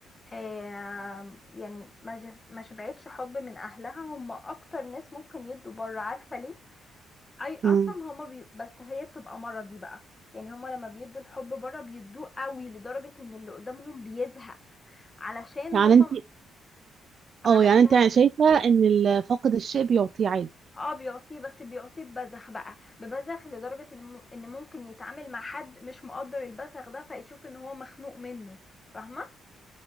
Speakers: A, on the left; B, on the right.
A: آه يعني ما ج- ما شبعتش حب من اهلها هم اكتر ناس ممكن يدوا بره عارفه ليه اي اصلا
B: مم.
A: هما بي بس هي بتبقى مرضي بقى يعني هما لما بيدوا الحب بره بيدوه قوي لدرجه ان اللي قدامهم بيزهق علشان
B: يعني
A: هما
B: انت
A: علشان
B: اه يعني انت شايفه ان ال- فاقد الشيء بيعطيه عادي
A: اه بيعطيه بس بيعطيه ببذخ بقى ببذخ لدرجة ان م- إن ممكن يتعامل مع حد مش مقدر البذخ ده فيشوف ان هو مخنوق منه فاهمة